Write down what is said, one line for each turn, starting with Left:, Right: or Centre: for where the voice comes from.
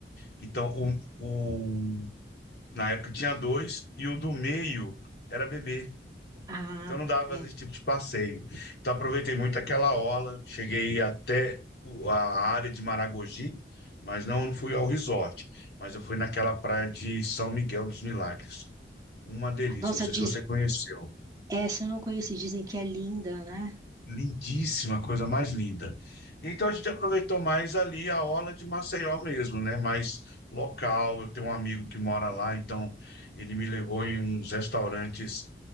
Left: Então, o, o, na época tinha dois e o do meio era bebê.
Right: Ah,
Left: Então não dava
Right: é.
Left: esse tipo de passeio. Então aproveitei muito aquela orla, cheguei até o- a área de Maragogi, mas não, não fui ao resort, mas eu fui naquela praia de São Miguel dos Milagres. Uma delícia,
Right: Nossa,
Left: não sei
Right: diz...
Left: se você conheceu.
Right: essa eu não conheci, dizem que é linda, né?
Left: Lindíssima, coisa mais linda. Então a gente aproveitou mais ali a orla de Maceió mesmo, né? Mais local. Eu tenho um amigo que mora lá, então ele me levou em uns restaurantes